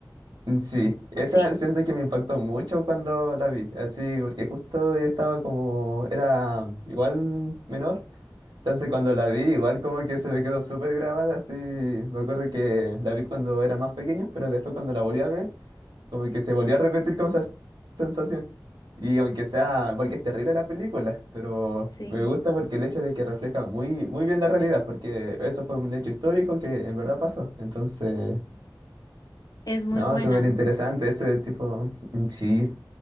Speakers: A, on the right (about 80°); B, on the left (about 55°).
A: Mm, Sí, esa
B: Sí,
A: siento que me impactó mucho cuando la vi, así, porque justo yo estaba como, era igual menor, entonces cuando la vi igual como que se me quedó súper grabada, así, me acuerdo que la vi cuando era más pequeño, pero después cuando la volví a ver, como que se volvió a repetir como esa sensación. Y aunque sea, porque es terrible la película, pero
B: sí.
A: me gusta porque el hecho de que refleja muy, muy bien la realidad, porque eso fue un hecho histórico que en verdad pasó, entonces...
B: Es muy
A: No,
B: buena.
A: súper interesante ese tipo, mm, sí,